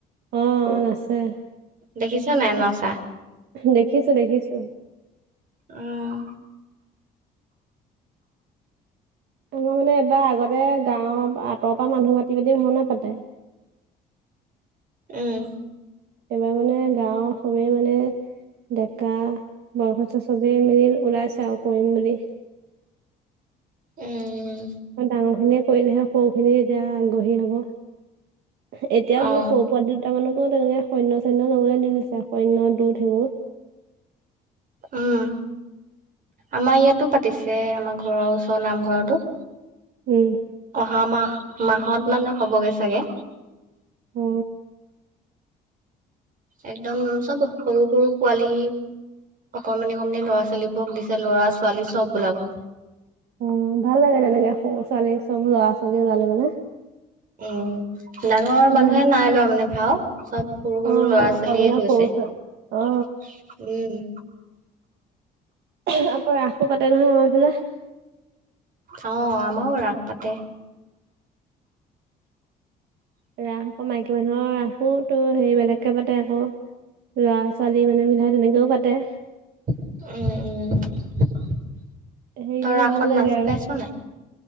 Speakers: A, on the right; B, on the right.
A: অ অ নাচে
B: দেখিছ নাই নাই নচা
A: দেখিছো দেখিছো।
B: উম
A: আমাৰ মানে এইবাৰ আগতে গাঁৱৰ আঁতৰৰ পৰা মানুহ মাতি মেল ভাওনা পাতে। <inaudible>
B: উম
A: এইবাৰ মানে গাঁও চবে মানে ডেকা বয়সস্থ চবিয় মিলি ওলাইছে আৰু কৰিম বুলি। <inaudible>
B: উম
A: ডাঙৰ খিনিয়ে কৰিলেহে সৰুখিনি তেতিয়া আগ্ৰহী হব। এতিয়াও
B: অ
A: সেই সৰু পোৱলী দুটামানো অ তেনেকে সৈন্য় সৈন্য ললৈ দি দিছে সৈন্য দুধ সেইবোৰ <inaudible>
B: উম আমাৰ ইয়াতো পাতিছে আমাৰ ঘৰৰ ওচৰ নামঘৰতো।
A: উম।
B: অহা মাহ মাহত মান হ'বগে চাগে।
A: অ
B: একদম চব সৰু সৰু পোৱালি। অকণমান অকমানে ল'ৰা ছোৱালীবোৰ দিছে ল'ৰা ছোৱালী চব ওলাব।
A: অ ভাল লাগে তেনেকে সৰু ছোৱালী চব ল'ৰা ছোৱালী ওলালে মানে।
B: উম ডাঙৰ
A: উম
B: মানুহে নাই লোৱা মানে ভাও চব সৰু সৰু
A: অ
B: ল'ৰা
A: অকল
B: ছোৱালীয়ে
A: মানে
B: লৈছে।
A: সৰু ছোৱালী অ
B: উম
A: তাৰপৰা ৰাখো পাতে নহয় আমাৰ ফালে
B: অ আমাও ৰাস পাতে।
A: ৰাস আকৌ মাইকী মানুহৰ ৰাসো তো হেৰিবিলাককে পাতে আকৌ লৰা ছোৱালী মানে মিলাই তেনেকেও পাতে
B: উম উম
A: সেইকদিন
B: তই ৰাসত
A: ভাল লাগে
B: নাচি
A: আৰু
B: পাইছ নাই